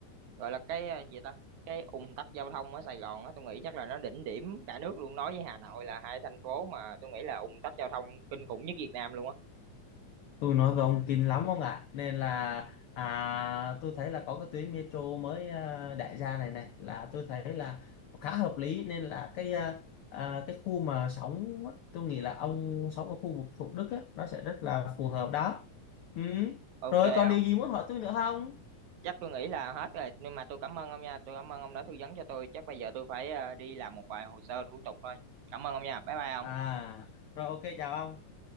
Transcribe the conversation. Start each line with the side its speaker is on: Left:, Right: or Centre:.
Right: gọi là cái ờ, gì ta cái ùn tắc giao thông ở Sài Gòn á tôi nghĩ chắc là nó đỉnh điểm cả nước luôn nói với Hà Nội là hai thành phố mà tôi nghĩ là ùn tắc giao thông kinh khủng nhất Việt Nam luôn á
Left: tôi nói với ông kinh lắm ông ạ nên là à, tôi thấy là có cái tuyến metro mới à, đại gia này này là tôi thấy là khá hợp lý nên là cái à, à, cái khu mà sống á, tôi nghĩ là ông sống ở khu vực Thủ Đức á, nó sẽ rất là phù hợp đó ừ.
Right: ok
Left: rồi còn điều gì muốn hỏi tôi nữa không
Right: chắc tôi nghĩ là hết rồi nhưng mà tôi cảm ơn ông nha tôi cảm ơn ông đã tư vấn cho tôi chắc bây giờ tôi phải ờ, đi làm một vài hồ sơ thủ tục thôi cảm ơn ông nha bye bye ông
Left: à rồi ok chào ông